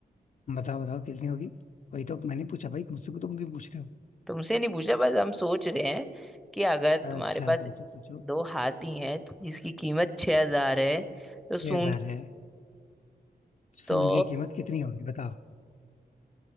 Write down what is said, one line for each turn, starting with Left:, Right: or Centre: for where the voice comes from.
Left: बताओ बताओ कितनी होगी वही तो मैंने पूछा भाई मुझसे तो मुझे पूछ रहे
Centre: तुमसे नहीं पूछा बस हम सोच रहे हैं कि अगर
Left: हो
Centre: तुम्हारे
Left: अच्छा
Centre: पास
Left: सोचो सोचो
Centre: दो हाथी हैं जिसकी कीमत छह हजार है तो सूंड
Left: ये हजार है सुन
Centre: तो
Left: की कीमत कितनी होगी बताओ